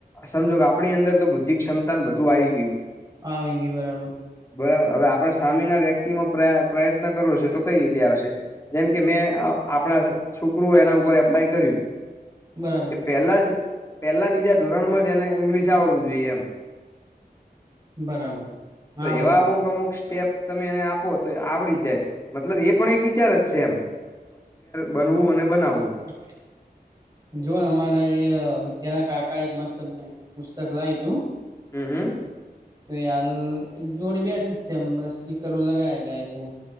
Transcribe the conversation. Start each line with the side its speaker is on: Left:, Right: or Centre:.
Left: સમજો કે આપણી અંદર તો બુદ્ધિ ક્ષમતા બધું આવી ગયું
Right: આવ ગઈ બરાબર
Left: બરાબર હવે આપણા સામેના વ્યક્તિ પ્રયત્ન કરો છો તો કઈ રીતે આવશે જેમ કે મેં આપણા છોકરુ એના ઉપર એપ્લાય કર્યું
Right: બરાબર
Left: કે પેલા જ પેલા બીજા ધોરણમાં જ એને ઈંગ્લિશ આવડવું જોઈએ એમ
Right: બરાબર હા
Left: તો
Right: આવડું
Left: એવા અમુક
Right: જોઈએ
Left: અમુક સ્ટેપ તમે એને આપો તો આવડી જાય મતલબ એ પણ એક વિચાર જ છે એમ બનવું
Right: હા
Left: અને
Right: સાચી
Left: બનાવવું
Right: વાત છે જો અમારા એ વિચારના ક કંઈક એક મસ્ત પુસ્તક લ તું
Left: હમ હમ
Right: તો હાલ જોડી બેઠી જ છેમ બસકી કરવું લગાવયા જાય છે